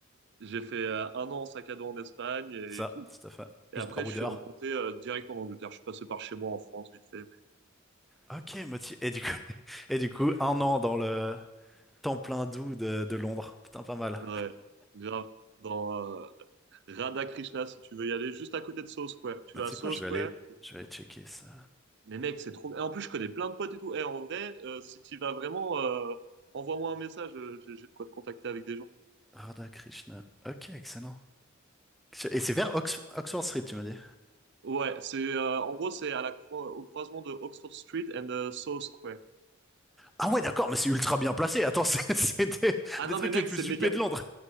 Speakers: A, on the right; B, in the centre.
A: J'ai fait euh, un an en sac à dos en Espagne et,
B: c'est ça,
A: et tout.
B: tout à fait. Plus
A: Et après,
B: baroudeur.
A: je suis remonté euh, direct en Angleterre. Je suis passé par chez moi en France, vite fait, mais
B: Ok, motif. Et du coup, <laughs> et du coup, un an dans le temps plein doux de, de Londres. Putain, pas mal.
A: ouais, grave. Dans euh, Radha Krishna, si tu veux y aller, juste à côté de Soho Square. Tu
B: Mais
A: vas
B: tu
A: à
B: sais
A: Soho
B: quoi, je
A: Square,
B: vais aller, je vais aller checker ça.
A: Mais mec, c'est trop. Et en plus, je connais plein de potes et tout. Et en vrai, euh, si tu vas vraiment, euh, envoie-moi un message. euh, J'ai j'ai de quoi te contacter avec des gens.
B: Radha Krishna. Ok, excellent. Et c'est vers Ox- Oxford Street, tu m'as dit.
A: Ouais, c'est euh, en gros, c'est à la croi- au croisement de Oxford Street and euh, South Square.
B: Ah ouais, d'accord, mais c'est ultra bien placé. Attends, c'est <laughs> c'est des,
A: Ah
B: des
A: non,
B: trucs
A: mais mec,
B: les plus
A: c'est méga.
B: huppés de Londres.